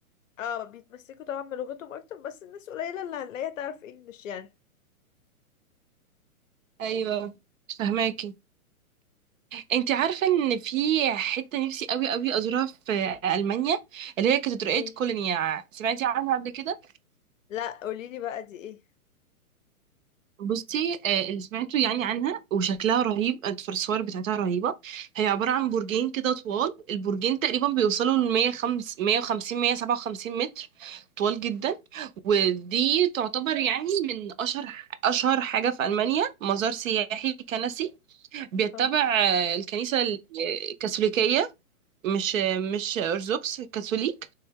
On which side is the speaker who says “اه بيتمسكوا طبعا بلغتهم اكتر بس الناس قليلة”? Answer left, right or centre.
Left